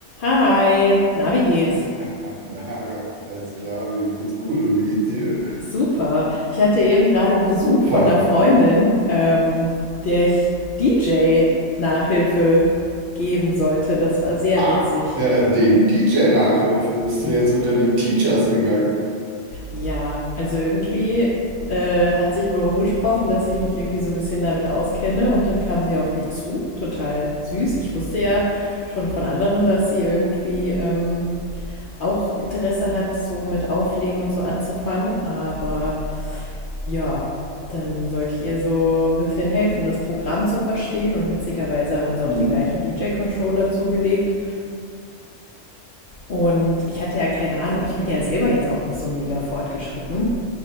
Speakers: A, on the left; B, on the right.
A: Hi, na, wie geht's?
B: <laughs> Na, Alles klar, mir geht's gut und wie geht's dir?
A: Super. Ich hatte eben gerade Besuch
B: Super.
A: von einer Freundin, ähm, der ich DJ-Nachhilfe geben sollte. Das war sehr
B: Ach,
A: witzig.
B: der Ding, DJ-Nachhilfe, bist
A: Hey.
B: du jetzt unter die Teachers gegangen?
A: Ja, also irgendwie äh, hat sich wohl rumgesprochen, dass ich mich irgendwie so ein bisschen damit auskenne und dann kam sie auf mich zu. Total süß. Ich wusste ja schon von anderen, dass sie irgendwie ähm, auch Interesse hat, so mit Auflegen und so anzufangen, aber Ja, dann sollte ich ihr so ein bisschen helfen, das Programm zu verstehen. Und witzigerweise haben wir uns auch
B: Hm.
A: den gleichen DJ-Controller zugelegt. Und ich hatte ja keine Ahnung, ich bin ja selber jetzt auch nicht so mega fortgeschritten.